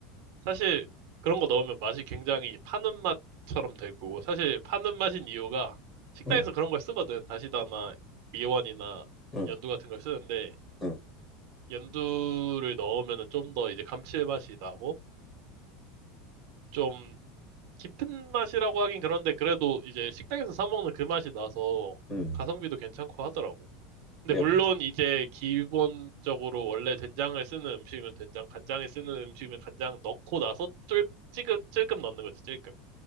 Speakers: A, on the right; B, on the left.
A: 사실 그런 거 넣으면 맛이 굉장히 파는 맛처럼 되고, 사실 파는 맛인 이유가 식당에서
B: 응,
A: 그런 걸 쓰거든. 다시다나 미원이나
B: 응,
A: 연두 같은 걸 쓰는데,
B: 응,
A: 연두를 넣으면은 좀 더 이제 감칠맛이 나고, 좀 깊은 맛이라고 하긴 그런데 그래도 이제 식당에서 사 먹는 그 맛이 나서
B: 응.
A: 가성비도 괜찮고 하더라고. 근데
B: 내가
A: 물론 이제 기본적으로 원래 된장을 쓰는 음식이면 된장, 간장을 쓰는 음식이면 간장 넣고 나서 쫄 찔끔 찔끔 넣는 거지, 찔끔.